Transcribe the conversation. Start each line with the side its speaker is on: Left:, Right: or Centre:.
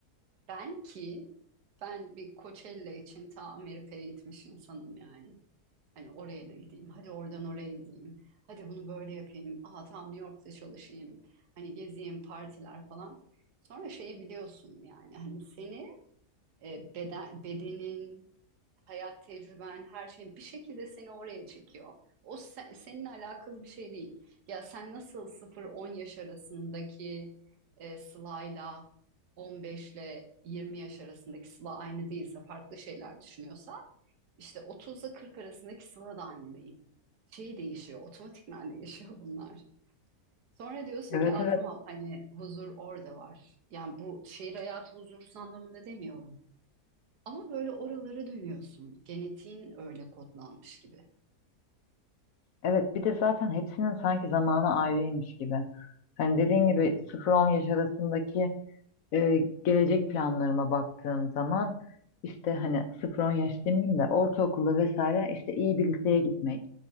Right: ben ki ben bir Coachella için ta Amerika'ya gitmiş insanım yani. Hani oraya da gideyim. Hadi oradan oraya gideyim. Hadi bunu böyle yapayım. Aa tam New York'ta çalışayım. Hani gezeyim partiler falan. Sonra şeyi biliyorsun yani hani seni e, beden, bedenin, hayat tecrüben, her şeyin bir şekilde seni oraya çekiyor. O se- seninle alakalı bir şey değil. Ya sen nasıl sıfır on yaş arasındaki e, Sıla'yla 15 ile 20 yaş arasındaki Sıla aynı değilse, farklı şeyler düşünüyorsa, işte 30 ile 40 arasındaki Sıla da aynı değil. Şey değişiyor, otomatikman değişiyor bunlar. Sonra diyorsun
Left: Evet
Right: ki, Aa,
Left: evet.
Right: tamam hani huzur orada var. Yani bu şehir hayatı huzursuz anlamında demiyorum. Ama böyle oralara dönüyorsun. Genetiğin öyle kodlanmış gibi.
Left: Evet bir de zaten hepsinin sanki zamanı ayrıymış gibi. Hani dediğin gibi 0-10 yaş arasındaki e, gelecek planlarıma baktığım zaman işte hani sıfır on yaş demeyeyim de ortaokula vesaire işte iyi bir liseye gitmek,